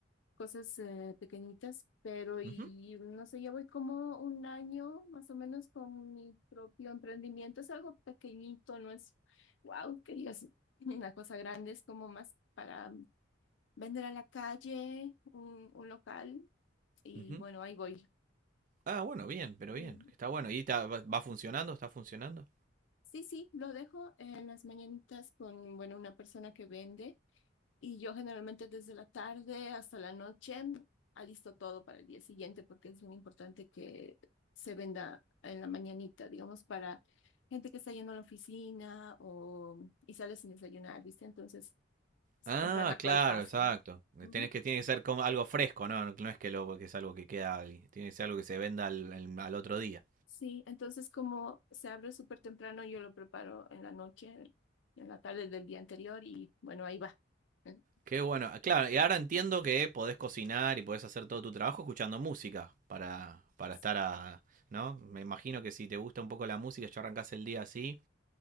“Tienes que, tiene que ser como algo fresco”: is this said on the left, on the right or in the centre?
Right